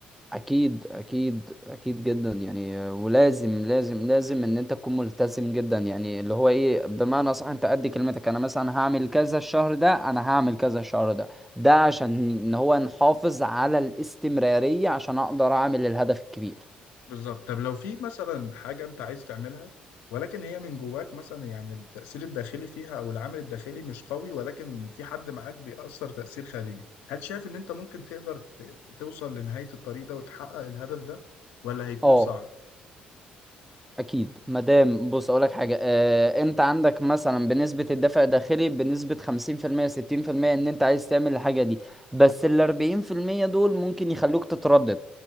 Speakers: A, in the centre; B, on the left.
A: اكيد اكيد اكيد جدا يعني آه، ولازم لازم لازم ان انت تكون ملتزم جدا يعني اللي هو ايه بمعنى صح انت قد كلمتك انا مثلا هعمل كذا الشهر ده انا هعمل كذا الشهر ده ده عشان ان هو نحافظ على الاستمرارية عشان اقدر اعمل الهدف الكبير
B: بالظبط طب لو في مثلا حاجة انت عايز تعملها ولكن هي من جواك مثلا يعني التأثير الداخلي فيها او العامل الداخلي مش قوي ولكن في حد معاك بيأثر تأثير خارجي هل شايف ان انت ممكن تقدر ت- ت- توصل لنهاية الطريق ده وتحقق الهدف ده ولا هيكون
A: اه
B: صعب
A: اكيد مادام بص اقولك حاجه آه، انت عندك مثلا بنسبه الدفع الداخلي بنسبه 50% 60% ان انت عايز تعمل الحاجه دي بس ال 40% دول ممكن يخلوك تتردد